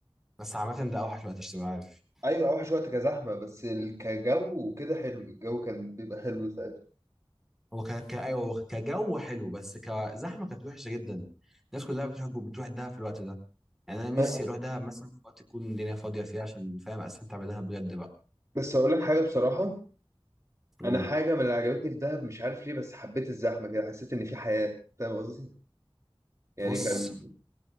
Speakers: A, in the centre; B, on the right.
A: بس عامه ده اوحش وقت عشان تبقى عارف
B: أيوة أوحش وقت كزحمة بس ال- كجو وكده حلو الجو كان بيبقى حلو ساعتها
A: هو ك... ك... ايوه هو كجو حلو بس كزحمه كانت وحشه جدا الناس كلها بتروح بتروح دهب في الوقت ده يعني انا نفسي
B: بس
A: اروح دهب مثلا في وقت تكون الدنيا فاضيه فيه عشان فاهم استمتع بدهب بجد بقى
B: بس أقول لك حاجة بصراحة
A: قول
B: انا حاجه من اللي عجبتني في دهب مش عارف ليه بس حبيت الزحمه كده حسيت ان في حياه فاهم قصدي يعني
A: بص
B: كان